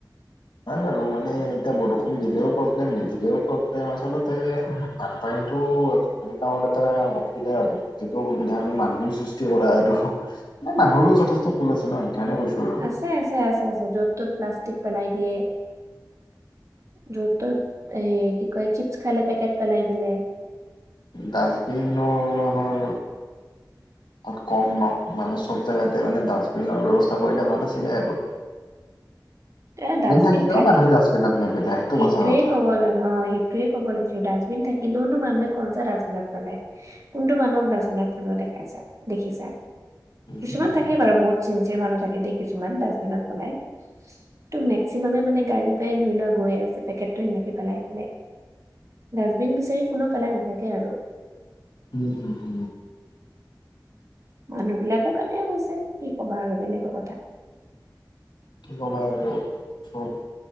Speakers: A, on the left (about 75°); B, on the right (about 45°).
A: হয় বাৰু মানে এতিয়া বৰষুণ দিলেও প্ৰব্লেম নিদিলেও প্ৰব্লেম আচলত। এই বানপানী টো বহুত ডাঙৰ এটা অসুবিধা আৰু। যিটো অসুবিধা মানুহৰেই সৃষ্টি কৰা আৰু ম মানুহৰো যথেষ্ট ভুল আছে ন সেইকাৰণে কৈছো। আৰু
B: আছে আছে আছে আছে য'ত ত'ত প্লাষ্টিক পেলাই দিয়ে। য'ত তত এ কি কয় চিপছ খালে পেকেট পেলাই দিলে।
A: ডাষ্টবিনৰ আমাৰ। তাত কম ন মানে চব জেগাতে মানে ডাষ্টবিনৰ ব্যৱস্থা কৰিলে ভাল আছিলে আৰু।
B: এ ডাষ্টবিন
A: থাকিলেও
B: থাকি।
A: মানুহে ডাষ্টবিনত নেপেলাই। সেইটো
B: সেইটয়ে
A: সঁচা কথা।
B: ক'ব ল অ সেইটোৱে ক'ব লৈছো ডাষ্টবিন থাকিলেওনো মানুহে কনচা ডাষ্টবিনত পালেই কোনটো মানুহক ডাষ্টবিনত পেলোৱা দেখাইছ দেখিছা।
A: উম
B: কিছুমান থাকেই বাৰু বহুত। চিনঞ্চিয়েৰ মানুহ থাকে দেই কিছুমান ডাষ্টবিনত পলাই ত মেক্সিমামে মানে গাড়ী পাই ধৰিলক। গৈ আছে পেকেটটো সেনেকে পেলাই দিলে ডাষ্টবিন বিচাৰি কোনো পেলাই নাথাকে আৰু।
A: হু হু হু।
B: মানুহ বিলাকৰ কাৰনে হৈছে কি কবা আৰু বেলেগৰ কথা।
A: কি কবা আৰু চব